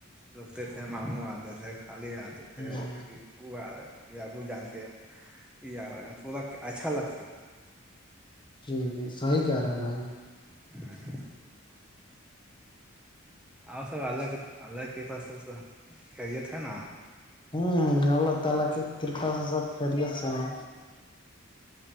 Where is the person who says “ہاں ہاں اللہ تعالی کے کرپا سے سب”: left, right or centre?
Left